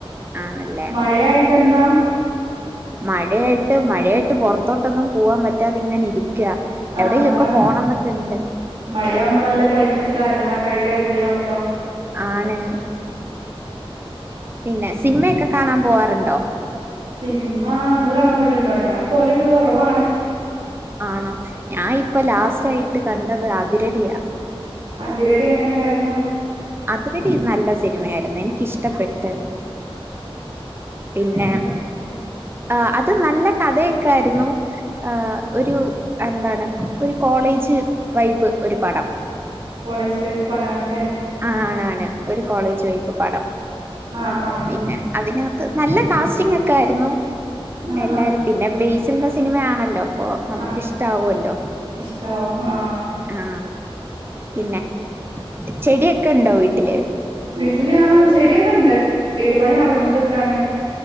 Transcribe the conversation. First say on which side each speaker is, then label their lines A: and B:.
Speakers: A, on the right; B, on the right.
A: ആണല്ലേ.
B: മഴയായിട്ട് എന്താ
A: മഴ ആയി ട്ട് മഴായിട്ട് പൊറത്തോട്ടൊന്നും പോവാൻ പറ്റാത ഇങ്ങനെ ഇരിക്ക.
B: ആഹ്
A: എവിടെേലുമൊക്കെ
B: അതാണ്
A: പോണം എന്നൊക്കെ ഉണ്ട്
B: മഴയാവുമ്പോ നല്ല ക്ലൈമറ്റ് കാര്യങ്ങളൊക്കായിട്ട് അടിപൊളി ആവല്ലോ.
A: ആണ് പിന്നെ സിനിമയൊക്കെ കാണാ പോവാറുണ്ടോ?
B: സിനിമ ഇങ്ങള് കാണാ പോയിട്ടുണ്ടോ ഞാൻ പോലൊക്കെ കൊറവാണ്.
A: ആണോ ഞാൻ ഇപ്പൊ ലാസ്റ്റായിട്ട് കണ്ടത് അതിരടിയാ.
B: അതിരടി എങ്ങനെ ഇണ്ടായിരുന്നു
A: അതിരടി നല്ല സിനിമായിരുന്നു എനിക്കിഷ്ടപ്പെട്ട്. പിന്നെ.
B: എന്താ
A: ആഹ് അത് നല്ല കഥക്കായിരുന്നു ആഹ്. ഒരു എന്താണ് ഒരു കോളേജ് വൈബ് ഒരു പടം.
B: കോളേജ് വൈബ് പടാണല്ലേ
A: ആണണാണ് ഒരു കോളേജ് വൈബ് പടം.
B: ആഹ് ആഹ്
A: പിന്നെ അതിനാ നല്ല കാസ്റ്റിംഗ് ഒക്കെ ആയിരുന്നു
B: ആഹ്
A: എല്ലാരും
B: ആഹ്
A: പിന്നെ ബേസിൽൻ്റെ സിനിമയാണല്ലോ അപ്പൊ നമുക്കിഷ്ടാവല്ലോ
B: ആഹ് ഇഷ്ടാവും ആഹ്
A: ആ
B: ശരി
A: പിന്നെ ചെടിയൊക്കെ ഉണ്ടോ വീട്ടില്
B: വീട്ടില് ആ ചെടിയൊക്കെ ഇണ്ട് വീട് പണി നടന്നോണ്ടിരിക്കുവാണ്